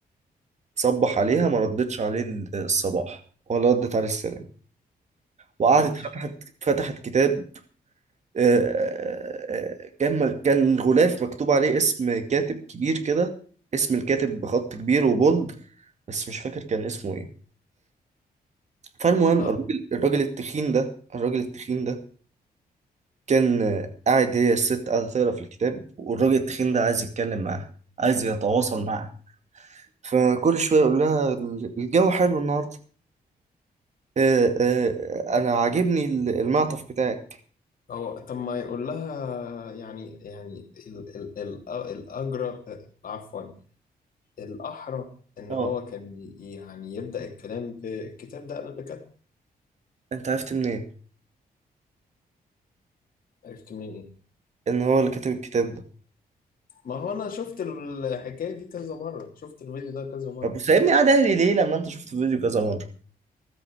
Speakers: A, on the right; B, on the left.
A: صبح عليها ما ردتش عليه الصباح ولا ردت عليه السلام وقعدت
B: ماشي
A: فتحت فتحت كتاب آه، آه، كان كان غلاف مكتوب عليه اسم كاتب كبير كده اسم الكاتب بخط كبير وبولد بس مش فاكر كان اسمه ايه فالمهم
B: اه
A: الراجل الراجل التخين ده الراجل التخين ده كان آه، قاعد هي الست قاعدة تقرا في الكتاب والراجل التخين ده عايز يتكلم معاها عايز يتواصل معاها فكل شوية يقول لها الجو حلو النهاردة آه، آه، أنا عاجبني المعطف بتاعك
B: هو طب ما يقول لها يعني يعني ال ال ال الأجرى عفوا الأحرى إن
A: اه
B: هو كان ي- يعني يبدأ الكلام بالكتاب ده أنا اللي كاتبه
A: أنت عرفت منين
B: عرفت منين إيه؟
A: إن هو اللي كاتب الكتاب ده
B: ما هو أنا شفت الحكاية دي كذا مرة شفت الفيديو ده كذا مرة
A: طب سايبني قاعد اهلي ليه لما انت شفت فيديو كذا مره